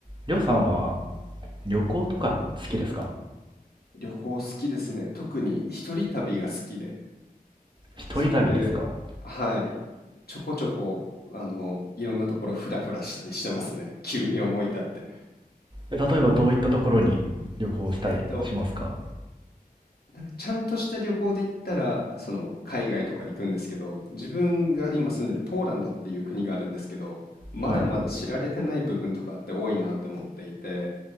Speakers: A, on the right; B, on the left.
A: りょうさんは旅行とか好きですか
B: 旅行好きですね。特に一人旅が好きで、
A: 一人旅ですか
B: それで、はい、ちょこちょこ、あの、いろんなところフラフラしたりしてますね。急に思い立って。
A: え例えばどういったところに旅行したりしますか
B: えっと、なんかちゃんとした旅行で行ったら、その、海外とか行くんですけど、自分が今住んでるポーランドっていう国があるんですけど、まだまだ知られてない部分とかって多いなって思っていて、
A: はい。